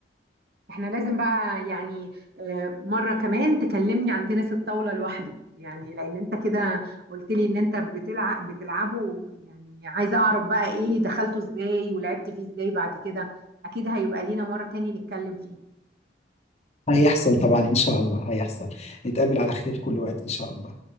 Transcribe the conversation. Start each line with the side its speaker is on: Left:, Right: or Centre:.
Right: احنا لازم بقى يعني آه، مرة كمان تكلمني عن تنس الطاولة لوحده يعني لان انت كده قلت لي ان انت بتلعب بتلعبه وم- يعني عايزة اعرف بقى ايه دخلته ازاي ولعبت فيه ازاي بعد كده اكيد هيبقى لينا مرة تاني نتكلم فيه
Left: هيحصل طبعا ان شاء الله هيحصل نتقابل على خير كل وقت ان شاء الله